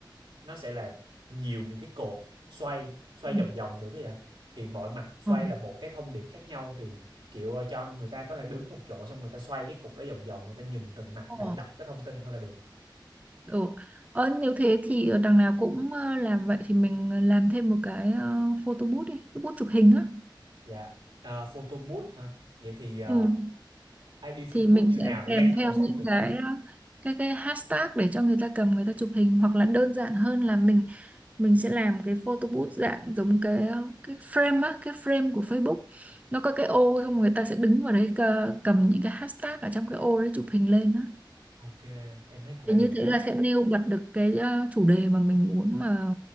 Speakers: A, on the right; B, on the right.
A: nó sẽ là nhiều những cái cột xoay xoay
B: ừ
A: vòng vòng được ấy ạ thì mọi mặt xoay
B: ừ
A: là một cái thông điệp khác nhau thì kiểu ờ, cho người ta có thể đứng một chỗ xong người ta xoay cái cục đó vòng vòng người ta nhìn từng mặt
B: Ờ.
A: để đọc cái thông tin thôi là được
B: ừ ờ, nếu thế thì ờ, đằng nào cũng ờ, làm vậy thì mình ờ, làm thêm một cái ờ, photo booth đi cái booth chụp hình á
A: dạ à, photo booth hả vậy thì ờ,
B: ừ
A: ID photo
B: thì mình
A: booth như
B: sẽ
A: nào để
B: kèm
A: gắn với
B: theo
A: màu sắc
B: những
A: được
B: cái
A: ha
B: ờ, cái cái hashtag để cho người ta cầm người ta chụp hình hoặc là đơn giản hơn là mình mình sẽ làm cái photo booth dạng giống cái ờ, cái frame á cái frame của Facebook nó có cái ô xong người ta sẽ đứng vào đấy cờ- cầm những cái hashtag ở trong cái ô đấy chụp hình lên á
A: ok em thấy cũng
B: thì như
A: được
B: thế
A: đó
B: là sẽ nêu bật được cái ờ, chủ đề mà mình muốn mà